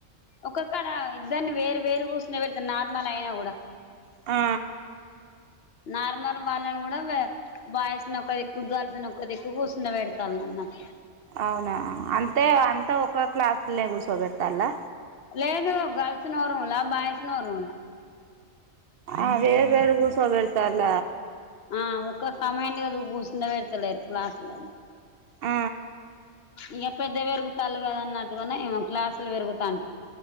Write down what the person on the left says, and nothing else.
ఒక్కక్కడా ఇద్దరిని వేరు వేరు కూర్చునే పెడతారు నార్మల్ అయినా కూడా
నార్మల్ వాళ్ళని కూడా వే బాయ్స్ నొక్క దిక్కు గర్ల్స్ నొక్క దిక్కు కుసున పెడతాన్నకి
లేదు గర్ల్స్ నో రూంలా బాయ్స్ నో రూంలా
ఆ ఒక్క కమాండ్ అ కూసుండ పెడుతలేరు క్లాస్ల
ఇగ పెద్ద పెరుగుతాల్లు గదా అన్నట్టుగన్నా ఏమో క్లాసులు పెరుగుతాంటే